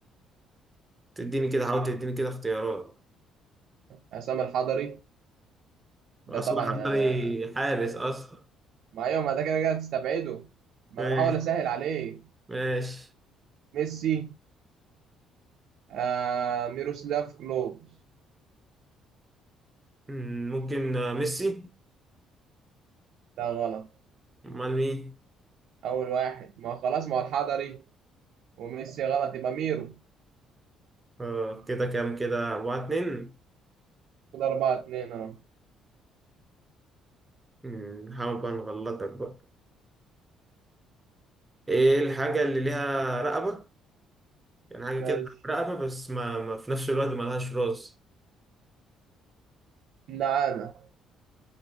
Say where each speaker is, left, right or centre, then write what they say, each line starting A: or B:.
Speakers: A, on the right; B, on the right.
A: تديني كده حاول تديني كده اختيارات
B: عصام الحضري ده
A: اصلا
B: طبعا
A: حضري
B: آه،
A: حارس اصلا
B: ما ايوه ما ده كده كده تستبعده ما
A: ماشي
B: انا بحاول اسهل عليك
A: ماشي
B: ميسي آه ميروسلاف كلوز
A: مم، ممكن آه، ميسي
B: ده غلط
A: امال مين
B: اول واحد ما هو خلاص ما هو الحضري وميسي غلط يبقى ميرو
A: آه كده كام كده اربعة اتنين
B: كده اربعة اتنين اه
A: مم، نحاول بقى نغلطك بقى ايه الحاجة اللي ليها رقبة يعني حاجة
B: ماشي
A: كده رقبة بس ما, ما في نفس الوقت ملهاش راس
B: نعامة